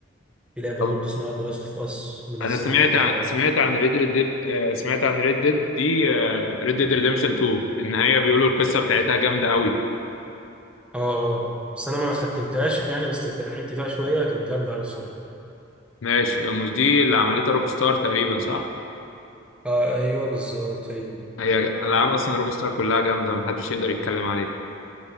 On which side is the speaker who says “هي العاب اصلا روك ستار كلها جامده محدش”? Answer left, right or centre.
Left